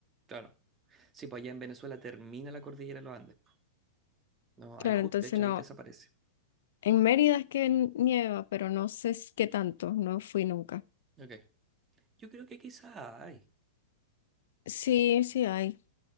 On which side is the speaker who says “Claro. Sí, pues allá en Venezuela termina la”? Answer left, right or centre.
Right